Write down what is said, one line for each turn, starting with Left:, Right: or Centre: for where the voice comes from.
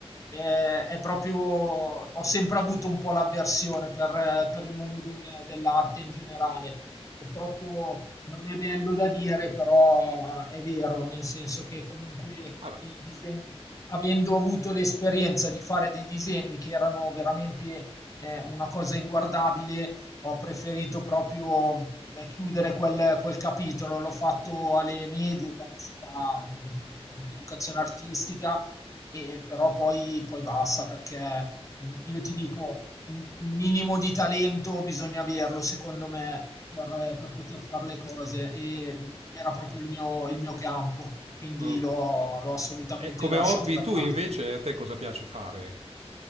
Left: Eh, È, proprio, ho sempre avuto un po' l'avversione per, eh, per il mondo del- dell'arte in generale. Purtroppo non è bello da dire, però eh, è vero, nel senso che comunque
Right: Vabbè.
Left: i disegni, avendo avuto l'esperienza di fare dei disegni che erano veramente è una cosa inguardabile, ho preferito proprio eh, chiudere quel, quel capitolo. L'ho fatto alle medie quando si fa mh, educazione artistica, e però poi, poi basta perché mh, io ti dico un, un minimo di talento bisogna averlo, secondo me, per, per poter fare le cose e non era proprio il mio, il mio campo, quindi
Right: mm.
Left: l'ho l'ho assolutamente
Right: E come
Left: lasciato
Right: hobby
Left: da
Right: tu
Left: parte.
Right: invece a te cosa piace fare?